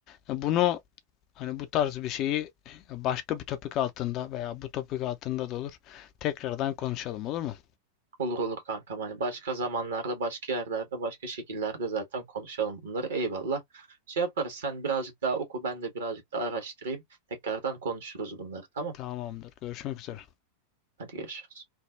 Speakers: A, on the left; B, on the right.
A: Ya Bunu hani bu tarz bir şeyi e, başka bir topik altında veya bu topik altında da olur tekrardan konuşalım olur mu?
B: Olur olur kankam hani başka zamanlarda başka yerlerde başka şekillerde zaten konuşalım bunları eyvallah. Şey yaparız sen birazcık daha oku ben de birazcık daha araştırayım tekrardan konuşuruz bunları tamam.
A: Tamamdır. Görüşmek üzere.
B: Hadi görüşürüz.